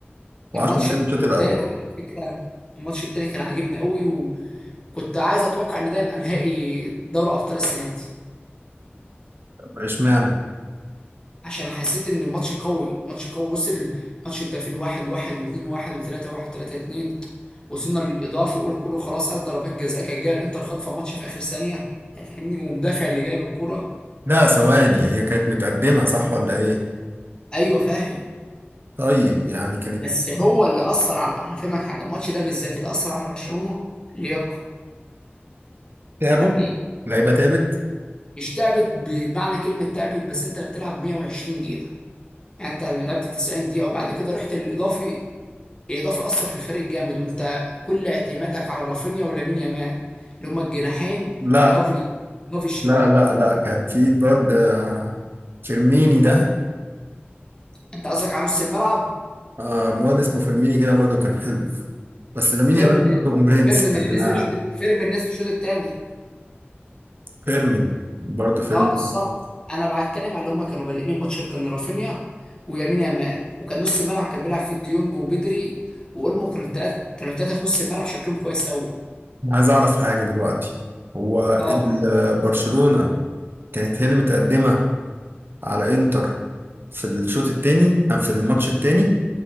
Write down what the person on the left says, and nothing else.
الماتش
التاني على فكرة الماتش التاني كان عاجبني قوي وكنت عايز اتوقع ان ده يبقى نهائي دوري ابطال السنة دي
عشان حسيت ان الماتش قوي ماتش قوي وصل ماتش انت في الواحد واحد واتنين واحد وتلاتة واحد وتلاتة اتنين وصلنا للاضافي يقول كله خلاص قال ضربات جزاء كانت جايه الانتر خاطفه ماتش في اخر ثانيه تفهمني ومدافع اللي جايب الكرة
ايوه فاهم
بس هو اللي اثر على هفهمك حاجه الماتش ده بالذات اللي اثر على برشلونه لياقه
يعني
مش تعبت بمعنى كلمه تعبت بس انت اللي بتلعب 120 دقيقه يعني انت لعبت 90 دقيقه وبعد كده رحت للاضافي إيه، اضافه اثر في الفريق جامد وانت كل اعتمادك على رافينيا ولامين يامال اللي هما الجناحين
الهاف اليمين الهاف الشمال
انت قصدك على نص الملعب
فيرمين
فيرمين
اللي
نزل الشوط فيرمين نزل الشوط الثاني
اه بالظبط انا بتكلم على اللي هما كانوا بادئين الماتش كان رافينيا ويمين يامال وكان نص الملعب كان بيلعب فيه ديونج وبدري واولمو كانوا الثلاثه كانوا الثلاثه في نص الملعب شكلهم كويس قوي
اه
قول لي.